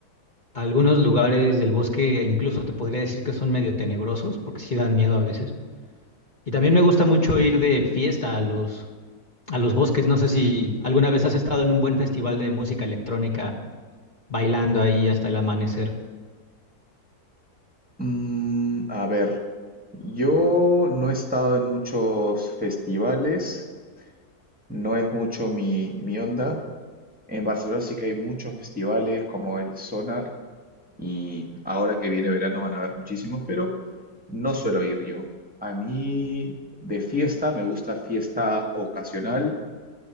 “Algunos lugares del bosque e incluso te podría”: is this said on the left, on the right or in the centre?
Left